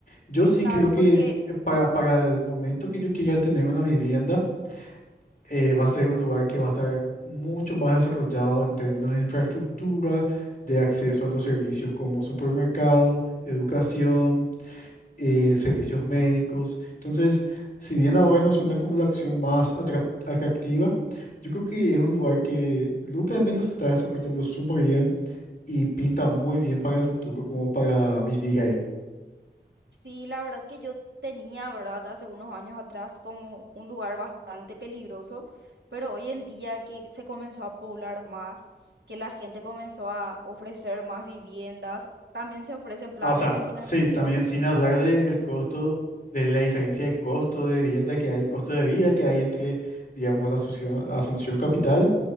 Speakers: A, on the left; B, on the right.
A: Yo sí
B: Claro,
A: creo que
B: porque
A: eh, para, para el momento que yo quiera tener una vivienda, eh, va a ser un lugar que va a estar mucho más desarrollado en términos de infraestructura, de acceso a los servicios como supermercado, educación, eh, servicios médicos. Entonces, si bien ahora no suena como la acción más atrap- atractiva, yo creo que es un lugar que Luca al menos está desarrollando súper bien y pinta muy bien para el futuro como para vivir ahí.
B: sí, la verdad que yo tenía, ¿verdad? Hace unos años atrás como un lugar bastante peligroso, pero hoy en día que se comenzó a poblar más, que la gente comenzó a ofrecer más viviendas, también se ofrecen planes
A: Ah, o sea,
B: de financiación.
A: sí, también sin hablar del costo, de la diferencia de costo de vivienda que hay, costo de vida que hay entre, digamos, la Asunción, Asunción Capital